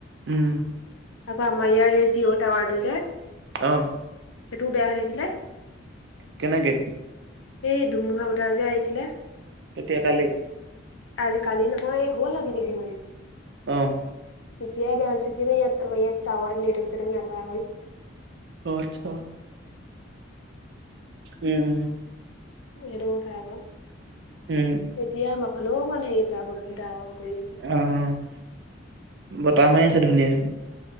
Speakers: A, on the right; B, on the left.
A: উম।
B: আকৌ আমাৰ ইয়াৰ সেই জিঅ' টাৱাৰটো যে,
A: অ
B: সেইটোও বেয়া হৈ থাকিলে।
A: কেনেকে?
B: এই ধুমুহা বতাহ যে আহিছিলে।
A: কেতিয়া? কালি?
B: কালি, কালি নহয়, এই হ'ল আজি কেইদিনমান।
A: অহ।
B: তেতিয়াই বেয়া হ'ল, আমাৰ ইয়াত টাৱাৰ নেটৱৰ্ক সেটৱৰ্ক নোপোৱা হ'ল।
A: অ', আতছা। উম।
B: এই এইটো কথাই অঁ।
A: উম।
B: এতিয়া আমাৰ ফালেও মানে এতিয়া বৰ ডাৱৰ কৰি আছে।
A: অ', অ', বতাহ মাৰি আছে ধুনীয়া ধু-